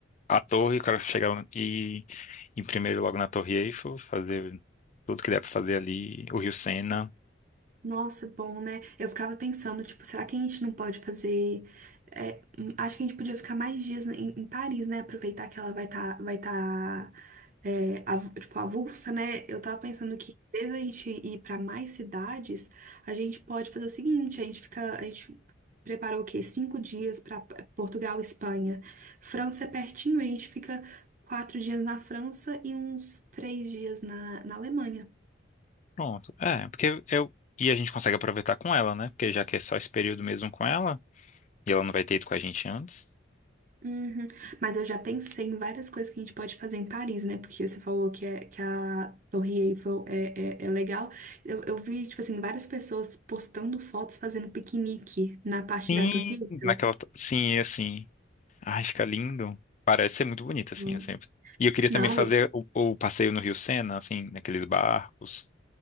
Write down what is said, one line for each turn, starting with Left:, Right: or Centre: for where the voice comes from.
Left: a torre, eu quero chegar e em primeiro logo na Torre Eiffel, fazer tudo que der pra fazer ali, o Rio Sena.
Right: Nossa, bom, né? Eu ficava pensando, tipo, será que a gente não pode fazer. é, hum, acho que a gente podia ficar mais dias em, em Paris, né? Aproveitar que ela vai estar, vai tá, é, av- tipo, avulsa, né? Eu tava pensando que, desde a gente ir pra mais cidades, a gente pode fazer o seguinte: a gente fica. A gente prepara o quê? Cinco dias pra Portugal, Espanha. França é pertinho, a gente fica quatro dias na França e uns três dias na, na Alemanha.
Left: Pronto. É, porque eu. E a gente consegue aproveitar com ela, né? Porque já que é só esse período mesmo com ela, e ela não vai ter ido com a gente antes.
Right: Uhum. Mas eu já pensei em várias coisas que a gente pode fazer em Paris, né? Porque você falou que, é, que a Torre Eiffel é, é, é legal. Eu, eu vi, tipo assim, várias pessoas postando fotos fazendo piquenique na parte
Left: Sim.
Right: da Torre Eiffel.
Left: Naquela. t- Sim, assim. Ai, fica lindo. Parece ser muito bonito, assim,
Right: Hum.
Left: eu sempre. E eu queria
Right: Não,
Left: também fazer
Right: e-
Left: o, o passeio no Rio Sena, assim, naqueles barcos,